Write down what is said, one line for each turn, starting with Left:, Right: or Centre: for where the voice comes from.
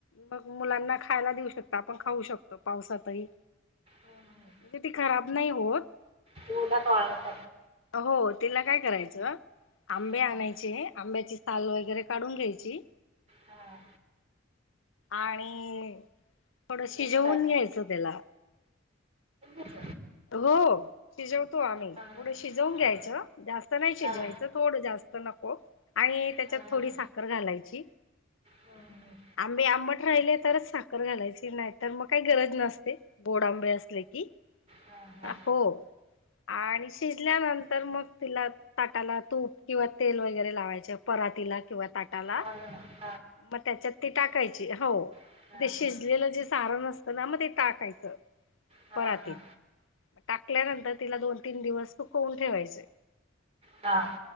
Left: म मुलांना खायला देऊ शकत आपण खाऊ शकतो पावसातही
Right: हो ना
Left: म्हणजे ती खराब नाही होत
Right: तला कवाग
Left: हो तिला काय करायचं आंबे
Right: हा
Left: आणायचे आंब्याची साल वगैरे काढून घ्यायची
Right: हा
Left: आणि थोडं शिजवून
Right: रस
Left: घ्यायचं त्याला
Right: त
Left: हो शिजवतो आम्ही
Right: हा
Left: थोडं
Right: हा
Left: शिजवून घ्यायचं जास्त नाही शिजवायचं
Right: हा
Left: थोडं जास्त नक् आणि
Right: हा
Left: त्याच्यात थोडी
Right: हा
Left: साखर घालायची
Right: हं, हं.
Left: आमबे आंबट राहिले तरच साखर घालायची नाही तर मग काही गरज नसते गोड आंबे असले की
Right: हा हा
Left: हो आणि शिजल्यानंतर मग तिला ताटाला तूप किंवा तेल वगैरे लावायचे परातीला किंवा ताटाला
Right: हा
Left: मग त्याच्यात ती टाकायची हो
Right: हां,
Left: ते शिजलेलं
Right: हां.
Left: जे सारण असतं ना मग ते टाकायचं
Right: हा
Left: परातीत
Right: हा
Left: टाकल्यानंतर तिला दोन तीन दिवस तु खवून ठेवायचे
Right: हां.